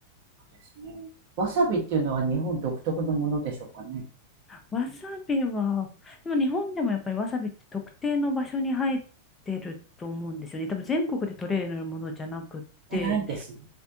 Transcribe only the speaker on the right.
そうですね。わさびっていうのは日本独特のものでしょうかね。
じゃないですね。